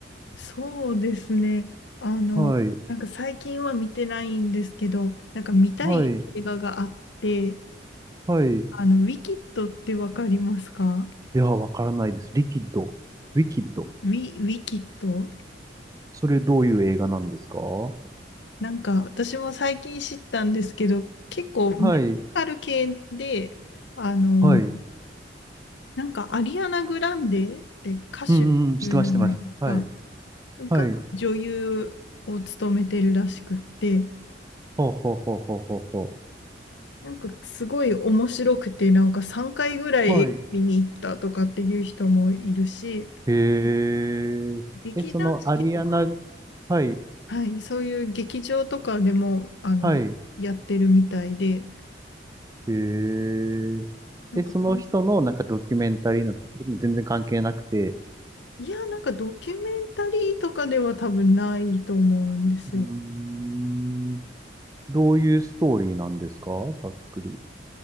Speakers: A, on the left; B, on the right.
A: そうですね。あの、
B: はい。
A: なんか最近は見てないんですけど、なんか見たい映画があって、
B: はい。はい。
A: あの、ウィキッドってわかりますか
B: いや、わからないです。リキッド。ウィキッド。
A: ウィ、ウィキッド
B: それどういう映画なんですかは
A: なんか私も最近知ったんですけど、結構ミュージカル系で、
B: い。
A: あの、
B: はい。うん
A: なんかアリアナ・グランデって歌手いるじゃないですか、
B: うんうん。してます、してます。はい。
A: が女優を務めてるらしくって、
B: はい。ほうほうほうほうほうほ
A: なんかすごい面白くて、なんか3回ぐらい映画見に行ったとかっていう人もいるし、
B: う。はい。へ
A: 劇団四季とか、
B: え。え、そのアリアナ、はい。
A: はい、そういう劇場とかでも、あの、
B: はい。
A: やってるみたいで、
B: へえ。
A: なんかそんな
B: え、その人のなんかドキュメンタリーなんですかそれとも全然関係なくて。
A: いや、なんかドキュメンタリーとかでは多分ないと思うんですよ。
B: うーん。どういうストーリーなんですかざっくり。